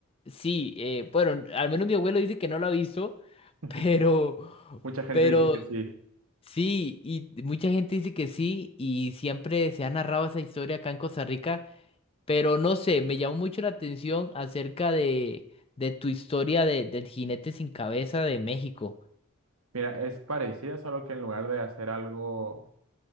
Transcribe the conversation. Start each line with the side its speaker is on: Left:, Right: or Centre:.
Left: sí, eh, bueno, al menos mi abuelo dice que no lo ha visto, <laughs>
Right: <laughs>
Left: pero...
Right: Mucha gente
Left: Pero
Right: dice que sí.
Left: Sí, y mucha gente dice que sí, y siempre se ha narrado esa historia acá en Costa Rica, pero no sé, me llamó mucho la atención acerca de, de tu historia de, del jinete sin cabeza de México.
Right: Mira, es parecida, solo que en lugar de hacer algo.